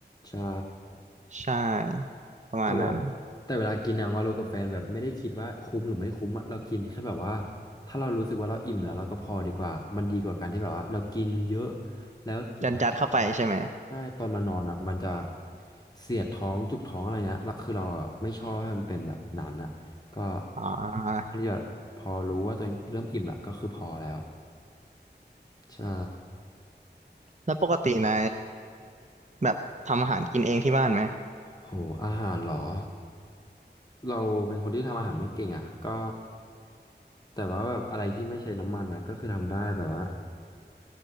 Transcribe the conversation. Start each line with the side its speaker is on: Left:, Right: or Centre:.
Left: ใช่
Right: ใช่ประมาณนั้น
Left: แต่เวลาแต่เวลากินอะวาโลกับแฟนแบบไม่ได้คิดว่าคุ้มหรือไม่คุ้มอะเรากินแค่แบบว่าถ้าเรารู้สึกว่าเราอิ่มแล้วเราก็พอดีกว่ามันดีกว่าการที่แบบว่าเรากินเยอะแล้วสุดท้าย
Right: ยัดยัดเข้าไปใช่ไหม
Left: ใช่ตอนมานอนอะมันจะเสียดท้องจุกท้องอะไรเงี้ยแล้วคือเราอะไม่ชอบให้มันเป็นแบบนั้นอะก็
Right: อ่า
Left: อันจะแบบพอรู้ว่าตัวเองเริ่มอิ่มละก็คือพอแล้วใช่
Right: แล้วปกติในแบบทำอาหารกินเองที่บ้านไหม
Left: โห อาหารเหรอ เราเป็นคนที่ทำอาหารไม่เก่งอ่ะ ก็แต่ว่าแบบอะไรที่ไม่ใช้น้ำมันอ่ะก็คือทำได้แบบว่า